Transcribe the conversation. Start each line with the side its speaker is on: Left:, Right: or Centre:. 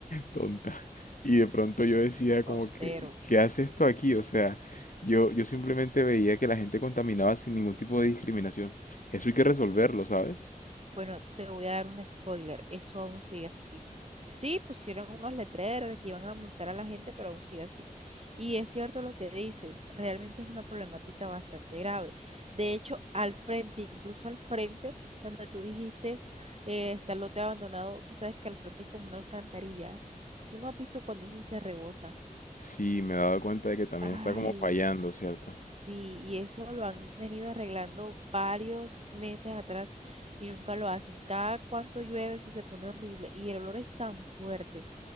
Left: tonta. Y de pronto yo decía como
Right: O cero.
Left: que, ¿qué hace esto aquí? O sea, yo, yo simplemente veía que la gente contaminaba sin ningún tipo de discriminación. Eso hay que resolverlo, ¿sabes?
Right: Bueno, te voy a dar un spoiler. Eso aún sigue así. Sí, pusieron unos letreros de que iban a multar a la gente, pero aún sigue así. Y es cierto lo que dices, realmente es una problemática bastante grave. De hecho, al frente, incluso al frente, cuando tú dijiste eh, está el lote abandonado, tú sabes que al frente hay como una alcantarilla. Tú no has visto cuando eso se rebosa.
Left: Sí, me he dado cuenta de que también
Right: Ay,
Left: está como fallando, ¿cierto?
Right: Sí, y eso lo han venido arreglando varios meses atrás y nunca lo hacen. Cada cuanto llueve eso se pone horrible y el olor es tan fuerte.